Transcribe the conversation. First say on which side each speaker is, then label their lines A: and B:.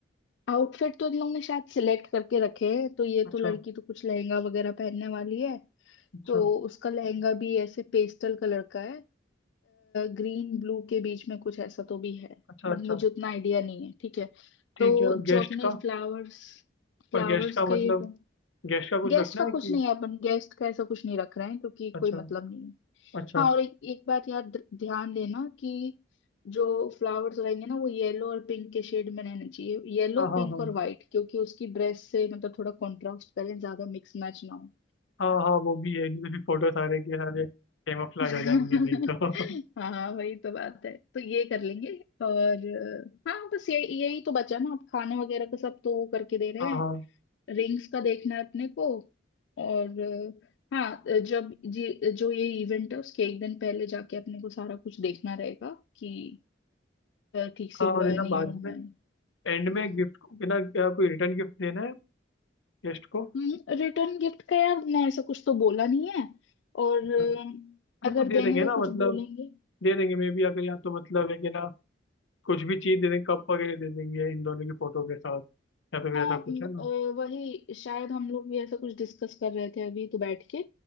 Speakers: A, on the left; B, on the left.
A: आउटफिट तो इन लोग ने शायद सिलेक्ट करके रखे हैं तो ये
B: अच्छा
A: तो लड़की तो कुछ लहंगा वगैरह पहनने वाली है
B: अच्छा
A: तो उसका लहंगा भी ऐसे पेस्टल कलर का है ग्रीन ब्लू के बीच में कुछ ऐसा तो भी है
B: अच्छा
A: बट
B: अच्छा
A: मुझे उतना आइडिया नहीं है ठीक है
B: ठीक
A: तो
B: है
A: जो
B: गेस्ट
A: अपने
B: का
A: फ्लावर्स फ्लावर्स
B: पर गेस्ट का
A: का
B: मतलब
A: ये तो,
B: गेस्ट का कुछ
A: गेस्ट
B: रखना
A: का
B: है
A: कुछ
B: कि
A: नहीं है अपन गेस्ट का ऐसा कुछ नहीं रख रहे हैं क्योंकि
B: अच्छा
A: कोई मतलब नहीं है
B: अच्छा
A: हाँ और एक, एक बात याद ध्यान देना कि जो फ्लावर्स रहेंगे ना वो येलो और पिंक के शेड में रहने चाहिए येलो
B: हाँ हाँ
A: पिंक
B: हाँ
A: और व्हाइट क्योंकि उसकी ड्रेस से मतलब थोड़ा कॉन्ट्रास्ट करें ज्यादा मिक्स मैच ना हो
B: हाँ हाँ वो भी है नहीं तो फिर फोटो सारे के सारे कैमोफ्लेज
A: <laughs>
B: हो जाएंगे नहीं तो <laughs>
A: हाँ वही तो बात है तो ये कर लेंगे और अ, हाँ बस ये यही तो बचा ना आप खाने वगैरह का सब तो वो करके दे रहे
B: हाँ
A: हैं
B: हाँ
A: रिंग्स का देखना है अपने को और अ, हाँ अ, जब जी जो ये इवेंट है उसके एक दिन पहले जाके अपने को सारा कुछ देखना रहेगा कि अ, ठीक से
B: हाँ
A: हुआ
B: और है
A: है
B: ना
A: नहीं
B: बाद
A: हुआ
B: में
A: है
B: एंड में गिफ्ट को है ना क्या कोई रिटर्न गिफ्ट देना है गेस्ट को
A: हम्म, रिटर्न गिफ्ट का यार ना ऐसा कुछ तो बोला नहीं है और
B: अच्छा
A: अ,
B: मतलब
A: अगर
B: कुछ दे
A: देने
B: देंगे
A: का
B: ना
A: कुछ
B: मतलब
A: बोलेंगे
B: दे देंगे मे बी अगर या तो मतलब है कि ना कुछ भी चीज दे देंगे कप वगैरह दे देंगे इन दोनों की फोटो के साथ या तो फिर
A: हाँ
B: ऐसा कुछ
A: म-
B: है ना
A: अ, वही शायद हम लोग भी ऐसा कुछ डिस्कस कर रहे थे अभी तो बैठ के